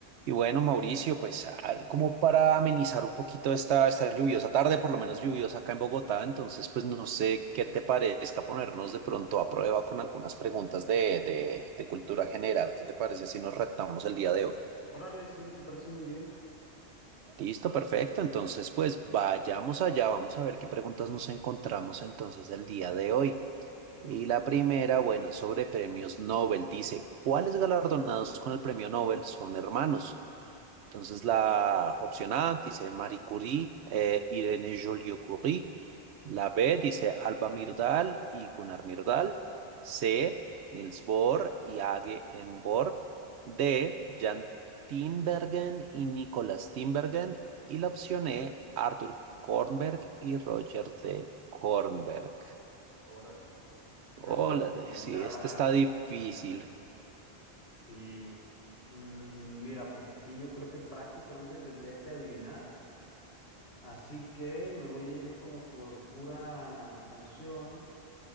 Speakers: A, on the right; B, on the left.
A: Y bueno, Mauricio, pues ahí como para amenizar un poquito esta, esta lluviosa tarde, por lo menos lluviosa acá en Bogotá, entonces pues no sé qué te parezca ponernos de pronto a prueba con algunas preguntas de, de, de cultura general. ¿Qué te parece si nos retamos el día de hoy?
B: Órale, sí, me parece muy bien.
A: Listo, perfecto. Entonces pues vayamos allá, vamos a ver qué preguntas nos encontramos entonces el día de hoy.
B: Ok,
A: Y la primera, bueno, es sobre premios Nobel. Dice, ¿cuáles galardonados con el premio Nobel son hermanos? Entonces, la opción A dice Marie Curie, eh, Irene Joliot-Curie. La B dice Alba Myrdal y Gunnar Myrdal. C, Niels Bohr y Age N. Bohr. D, Jan Tinbergen y Nicolas Tinbergen. Y la opción E, Arthur Kornberg y Roger de Kornberg.
B: órale. Está
A: Hola,
B: un poco complicada
A: sí, este
B: la,
A: está difícil.
B: <laughs> la pregunta. Sí, mm, mira, pues aquí yo creo que prácticamente tendría que adivinar, así que me voy a ir como por pura noción